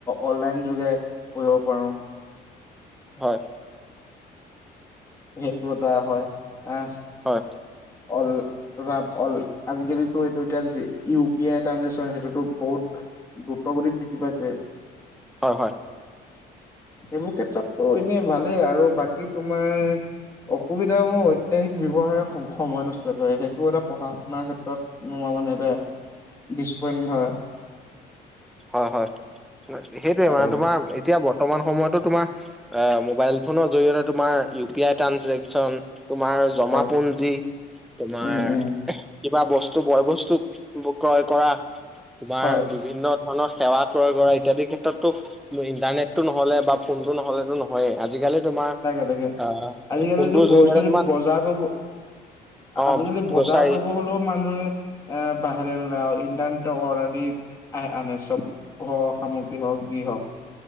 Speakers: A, on the left; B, in the centre.
A: অনলাইন যুগে পব পো
B: হয়।
A: সেইটো এটা হয়, আহ।
B: হয়
A: অল ত, অল আজিকালিতো এইটো এতিয়া ইউ পি আই ট্ৰঞজেকচন সেইটোতো বহুত গুপ্তাগতিত বৃদ্ধি পাইছে।
B: হয়, হয়।
A: সেইবোৰ ক্ষেত্ৰতটো এনেই ভালেই আৰু বাকী তোমাৰ অসুবিধা মূহ ঐত্যাসিক ব্যৱহাৰে সময় নষ্ট কৰে সেইটো এটা পঢ়া শুনাৰ ক্ষেত্ৰত মানে এটা ডপ হয়।
B: হয়, হয় সেইটোয়ে
A: আৰু
B: মানে তোমাৰ এতিয়া বৰ্তমান সময়ত তোমাৰ মোাইল ফো জৰিয়তে তোমাৰ ইউ পি আই ট্ৰজেন তোমাৰ জমাপুঞ্জী
A: হয়
B: তোমাৰ
A: উম, উম,
B: কিবা বস্তু, বয় বস্তু ক্ৰয় কৰা তোমাৰ
A: হয়
B: বিভিন্ন সেৱা ক্ৰয় কৰা ইত্যাদি ক্ষেত্ৰতো উ, ইন্টাৰনেটটো নহ'লে বা ফোনতটো নহ'লেতো নহয়ে আজিকালি তোমাৰ
A: তাকে, তাকে
B: আহ
A: আজিকালিতো
B: ফোনটোৰ
A: গছৰি
B: জৰিয়তে তোমাক
A: বজাৰ কৰো।
B: অ'
A: আজিকালি বজাৰ
B: গোচাৰি
A: কৰিব হলেও মানুহে এ, বাহৰে নলে আৰু ইণ্টাৰনেট অৰেদি আহ আনে চব। সামগ্ৰী হওক যি হওক